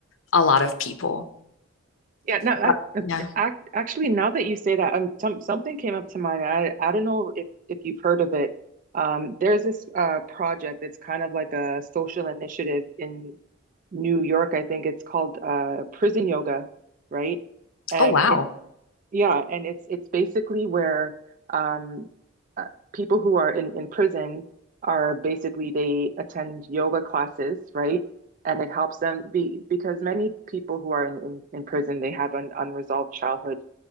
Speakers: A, on the left; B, on the right.
A: a lot of people.
B: Yeah, no, I,
A: But yeah.
B: I, actually, now that you say that, um, some, something came up to mind. I, I don't know if, if you've heard of it. Um, there's this uh, project. It's kind of like a social initiative in New York. I think it's called uh, Prison Yoga, right? And
A: Oh, wow.
B: Yeah, and it's it's basically where um, uh, people who are in in prison are basically they attend yoga classes, right? And it helps them be because many people who are in in, in prison they have an unresolved childhood